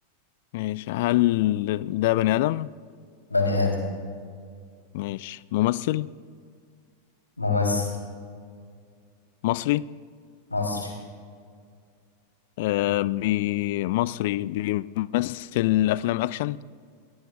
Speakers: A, on the left; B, on the left.
A: ماشي هل ده بني آدم
B: بني ادم
A: ماشي ممثل
B: ممثل
A: مصري
B: مصري
A: آه بي مصري بيمثل أفلام أكشن